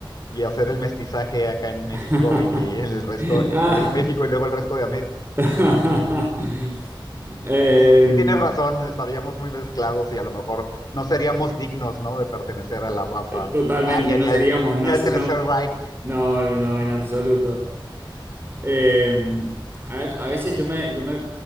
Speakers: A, on the left; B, on the right.
A: y hacer el mestizaje acá en México
B: <laughs>
A: y en el resto, eh,
B: Ah,
A: primero en México y luego el resto de
B: <laughs> eh,
A: Sí, tienes razón, estaríamos muy mezclados y a lo mejor no seríamos dignos, ¿no? De pertenecer a la raza
B: totalmente,
A: aria
B: no
A: ni
B: seríamos
A: al,
B: nazis,
A: ni al Tercer
B: no,
A: Reich.
B: no, no, en absoluto. Eh, a ver, a veces yo me, yo me